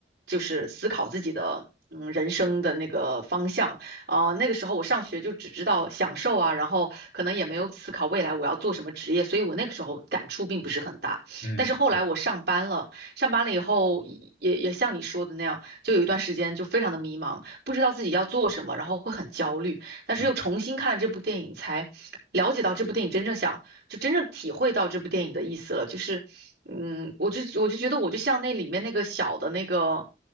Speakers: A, on the right (about 60°); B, on the left (about 60°).
A: 就是思考自己的嗯人生的那个方向。呃，那个时候我上学就只知道享受啊，然后可能也没有思考未来我要做什么职业，所以我那个时候感触并不是很大。
B: 嗯嗯
A: 但是后来我上班了，上班了以后也也也像你说的那样，就有一段时间就非常的迷茫，不知道自己要做什么，然后会很焦虑。但是又重新看了这部电影，
B: 嗯，
A: 才了解到这部电影真正想，就真正体会到这部电影的意思了。就是，嗯，我就我就觉得我就像那里面那个小的那个，